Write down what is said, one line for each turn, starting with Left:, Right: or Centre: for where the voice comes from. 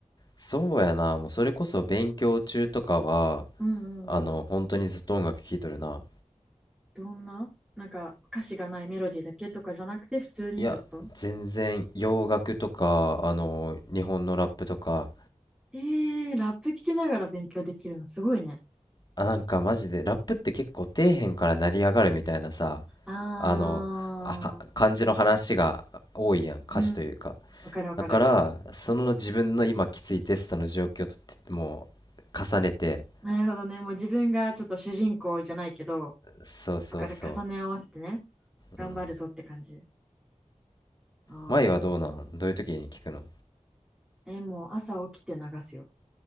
Left: そうやなもうそれこそ勉強中とかは
Centre: うんうんうん
Left: あの本当にずっと音楽聴いとるな
Centre: どんななんか歌詞がないメロディーだけとかじゃなくて普通にってこと
Left: いや全然洋楽とかあの日本のラップとか
Centre: えー、ラップ聴きながら勉強できるのすごいね
Left: あなんかマジでラップって結構底辺から成り上がるみたいなさ
Centre: あ
Left: あのあは感じの話が多いやん歌詞というか
Centre: ーうんわかるわかる
Left: だからその自分の今きついテストの状況とってもう重ねて
Centre: なるほどねもう自分がちょっと主人公じゃないけど
Left: そうそうそ
Centre: わかる重ね合わせてね頑張るぞって感じ
Left: ううん
Centre: ああ
Left: 舞はどうなんどういう時に聞くの
Centre: え、もう朝起きて流すよ。